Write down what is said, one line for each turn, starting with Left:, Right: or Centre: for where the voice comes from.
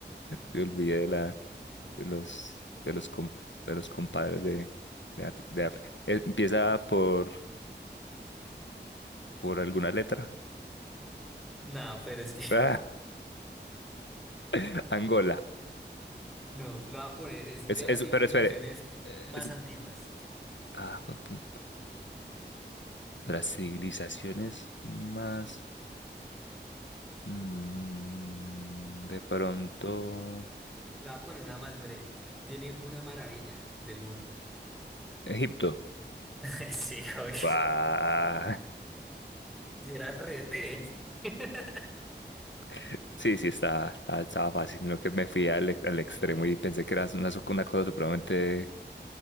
Left: me olvidé de la de los de los com- de los compadres de, de, Áfri- de África. Eh, Empieza por por alguna letra.
Centre: No, pero es que.
Left: <laughs> Ah, Angola.
Centre: No, lo voy a poner. Es
Left: Es,
Centre: de las
Left: es,
Centre: civilizaciones
Left: pero espere. eh,
Centre: más
Left: Es,
Centre: antiguas.
Left: ah, juepu- de las civilizaciones más Mm, de pronto,
Centre: La voy a poner una más breve. Tiene una maravilla del mundo.
Left: Egipto.
Centre: <laughs> Sí, obvio.
Left: Ah,
Centre: Si era re re. <laughs>
Left: <laughs> Sí, sí, está, está- estaba fácil, sino que me fui al, ex- al extremo y pensé que era una, su- una cosa supremamente